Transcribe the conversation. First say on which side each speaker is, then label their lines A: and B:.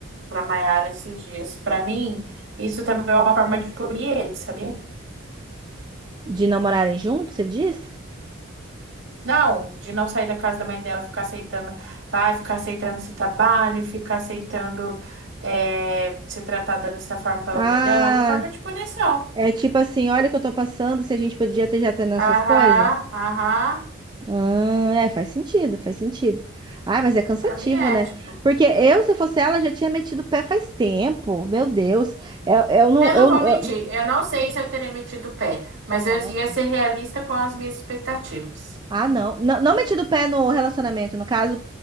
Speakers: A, on the right; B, on the right.
A: pra Mayara esses dias. Pra mim, isso também é uma forma de punir ele, sabia?
B: De namorarem juntos, você diz?
A: Não, de não sair da casa da mãe dela, ficar aceitando, vai ficar aceitando esse trabalho, e ficar aceitando é, ser tratada dessa forma pela
B: Ah.
A: mãe dela, é uma forma de punição.
B: É tipo assim, olha o que eu tô passando, se a gente podia ter já ter nossas
A: Aham,
B: coisas.
A: aham,
B: Ah, é, faz sentido, faz sentido. Ah, mas é cansativo,
A: pra mim é,
B: né?
A: tipo.
B: Porque eu, se fosse ela, já tinha metido o pé faz tempo. Meu Deus. Eu, eu não.
A: Eu
B: Eu,
A: não vou
B: eu-
A: mentir, eu não sei se eu teria metido o pé, mas eu
B: Nossa.
A: ia ser realista com as minhas expectativas.
B: Ah, não. Não, não metido o pé no relacionamento, no caso,